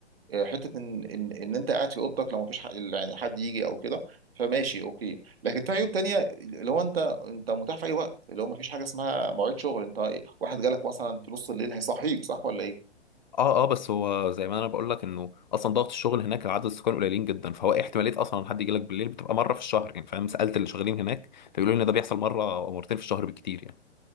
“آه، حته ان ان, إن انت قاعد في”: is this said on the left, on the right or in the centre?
Right